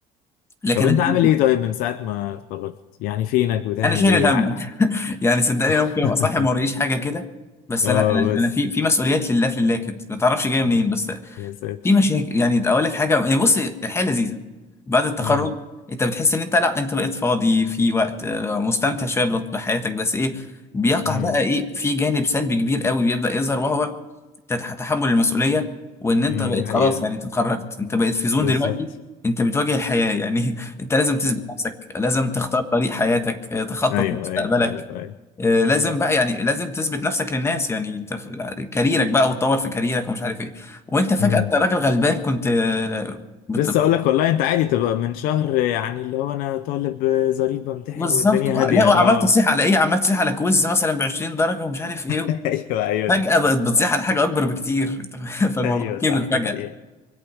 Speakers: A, on the left; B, on the left.
A: لكن
B: طب انت
A: ال-
B: عامل ايه طيب من ساعه ما اتخرجت يعني فينك بتعمل
A: انا شايل
B: ايه
A: الهم
B: ع-
A: <laughs> يعني صدقني
B: <laughs>
A: ممكن ابقى صاحي ما وريش حاجه كده بس
B: اه
A: لا انا
B: بس
A: انا في في مسؤوليات لله في الله كده ما تعرفش جايه منين
B: يا
A: بس
B: يا ساتر
A: في مشاكل يعني اقول لك حاجه يعني بص الحياه لذيذه بعد التخرج
B: امم
A: انت بتحس ان انت لا انت بقيت فاضي في وقت آه، مستمتع شويه بلط- بحياتك بس ايه بيقع
B: امم
A: بقى ايه في جانب سلبي كبير قوي بيبدا يظهر وهو تت- تحمل المسؤوليه وان انت
B: امم
A: بقيت
B: دي حقيقه
A: خلاص يعني انت اتخرجت انت بقيت في زون
B: بالظبط
A: دلوقتي انت بتواجه الحياه يعني <laughs> انت لازم تثبت نفسك لازم تختار طريق حياتك آه، تخطط
B: ايوه
A: لمستقبلك
B: ايوه ايوه ايوه
A: آه، لازم بقى يعني لازم تثبت نفسك للناس يعني انت في كاريرك بقى وتطور في كاريرك ومش عارف ايه وانت فجأة
B: امم
A: انت راجل غلبان كنت آه، بت-
B: لسه اقول لك والله انت عادي تبقى من شهر يعني اللي هو انا طالب ظريف بمتحن
A: بالظبط
B: والدنيا هاديه
A: لا وعمال
B: اه
A: تصيح على ايه عمال تصيح على كويز مثلا ب 20 درجة ومش عارف ايه
B: <laughs> ايوه ايوه
A: فجأة
B: دي حقيقة
A: بقت بتصيح
B: صح
A: على حاجة اكبر بكتير <laughs> فالموضوع
B: ايوه صح
A: كبر فجأة
B: دي حقيقة